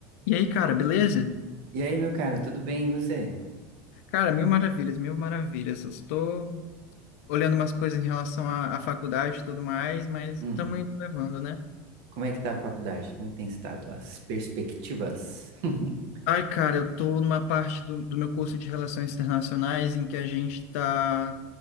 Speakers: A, on the left (about 75°); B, on the right (about 60°).
A: E aí, cara, beleza?
B: E aí, meu cara, tudo bem e você?
A: Cara, mil maravilhas, mil maravilhas. Eu estou olhando umas coisas em relação à, à faculdade e tudo mais, mas
B: Hum,
A: estamos indo levando, né?
B: como é que tá a faculdade? Como é que tem estado as perspectivas? <laughs>
A: Ai, cara, eu tô numa parte do, do meu curso de Relações Internacionais em que a gente tá,